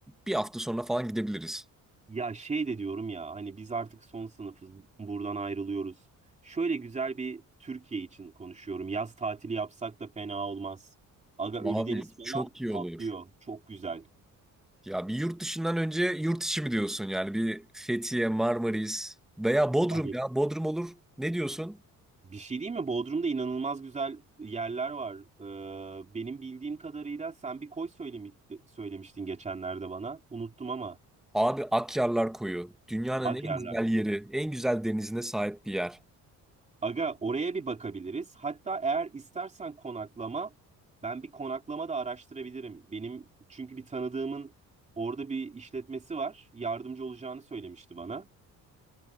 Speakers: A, in the centre; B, on the right (about 20°).
A: bir hafta sonra falan gidebiliriz.
B: Ya şey de diyorum ya hani biz artık son sınıfız buradan ayrılıyoruz. Şöyle güzel bir Türkiye için konuşuyorum. Yaz tatili yapsak da fena olmaz. Aga Ölüdeniz
A: Abi
B: falan
A: çok iyi
B: patlıyor.
A: olur.
B: Çok güzel.
A: Ya bir yurt dışından önce yurt içi mi diyorsun yani bir Fethiye, Marmaris veya Bodrum
B: Aga
A: ya Bodrum olur. Ne diyorsun?
B: bir şey değil mi? Bodrum'da inanılmaz güzel yerler var. Ee, benim bildiğim kadarıyla sen bir koy söylemi- söylemiştin geçenlerde bana. Unuttum ama.
A: Abi Akyarlar Koyu. Dünyanın
B: Ak
A: en
B: yerler
A: güzel yeri,
B: koyu.
A: en güzel denizine sahip bir yer.
B: Aga oraya bir bakabiliriz. Hatta eğer istersen konaklama ben bir konaklama da araştırabilirim. Benim çünkü bir tanıdığımın orada bir işletmesi var. Yardımcı olacağını söylemişti bana.